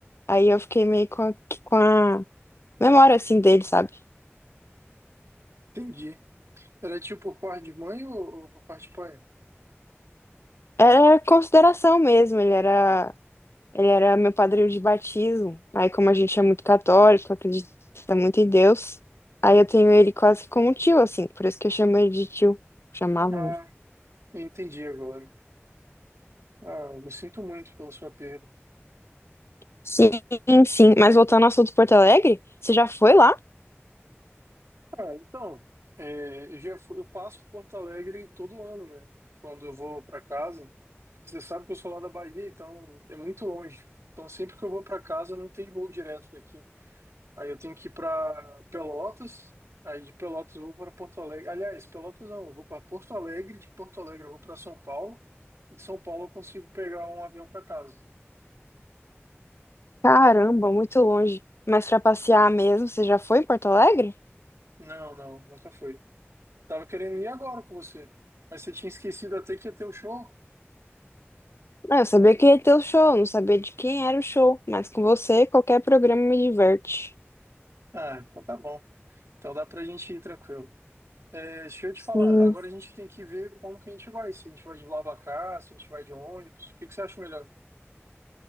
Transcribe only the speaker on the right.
Entendi. Era tio por parte de mãe ou, ou por parte de pai?
Ah,
eu entendi agora. Ah, eu sinto muito pela sua perda.
Ah, então, é, eu já fu- eu passo por Porto Alegre todo ano, né? Quando eu vou para casa, porque você sabe que eu sou lá da Bahia, então é muito longe. Então sempre que eu vou para casa não tem voo direto daqui. Aí eu tenho que ir para Pelotas, aí de Pelotas eu vou para Porto Alegre. Aliás, Pelotas não, eu vou para Porto Alegre, de Porto Alegre eu vou para São Paulo, e de São Paulo eu consigo pegar um avião para casa.
Não, não, nunca foi. Tava querendo ir agora com você, mas você tinha esquecido até que ia ter o show.
Ah, então tá bom. Então dá pra gente ir tranquilo. É, deixa eu te
falar, agora a gente tem que ver como que a gente vai, se a gente vai de BlaBlaCar, se a gente vai de ônibus, o que que você acha melhor?